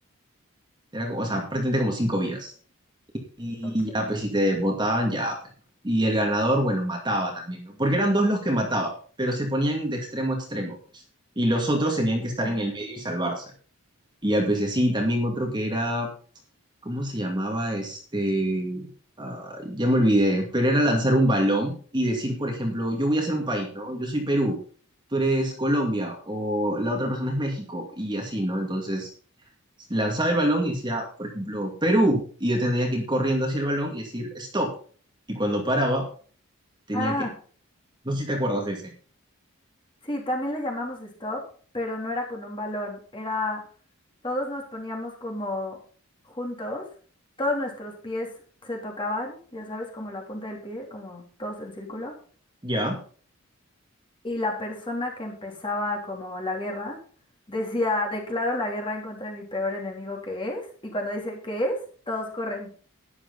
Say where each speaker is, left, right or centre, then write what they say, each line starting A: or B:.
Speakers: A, on the right; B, on the left.
A: Era, como- o sea, prácticamente como cinco vidas. Y
B: ok.
A: ya, pues si te votaban, ya, pues, ¿no? Y el ganador, bueno, mataba también, ¿no? Porque eran dos los que mataban, pero se ponían de extremo a extremo, pues. Y los otros tenían que estar
B: Ajá.
A: en el medio y salvarse. Y ya, pues y así, también otro que era, ¿cómo se llamaba? Este, ah, ya me olvidé, pero era lanzar un balón y decir, por ejemplo, yo voy a hacer un país, ¿no? Yo soy Perú, tú eres Colombia o la otra persona es México y así, ¿no? Entonces lanzaba el balón y decía, por ejemplo, Perú, y yo tenía que ir corriendo hacia el balón y decir, stop. Y cuando paraba, tenía
B: Ah,
A: que, no sé si te acuerdas de ese,
B: sí, también le llamamos stop, pero no era con un balón, era todos nos poníamos como juntos, todos nuestros pies se tocaban, ya sabes, como la punta del pie, como todos en círculo,
A: ¿ya?
B: y la persona que empezaba como la guerra decía, declaro la guerra en contra de mi peor enemigo que es, y cuando dice que es, todos corren,